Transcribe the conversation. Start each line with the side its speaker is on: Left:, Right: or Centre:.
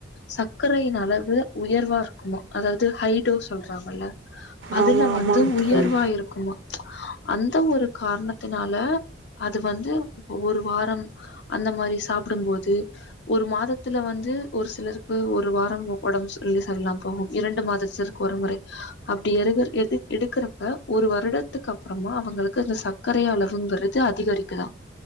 Left: சக்கரையின் அளவு உயர்வா இருக்கும் அதாவது ஹைடோஸ் சொல்றாங்கல்ல அதுல
Right: ஆமா, ஆமாங்க
Left: வந்து உயர்வா
Right: தோழி.
Left: இருக்குமா ப்ச் அந்த ஒரு காரணத்தினால அது வந்து ஒரு வாரம் அந்த மாரி சாப்டும்போது ஒரு மாதத்துல வந்து ஒரு சிலருக்கு ஒரு வாரம் ஒடஞ் வெளி சலில்லா போகு இரண்டு மாதத்து இருக்கு ஒரு முறை அப்படி எகு எது எடுக்றப்ப ஒரு வருடத்துக்கு அப்றமா அவங்களுக்கு அந்த சக்கரை அளவுங்றது அதிகரிக்குதா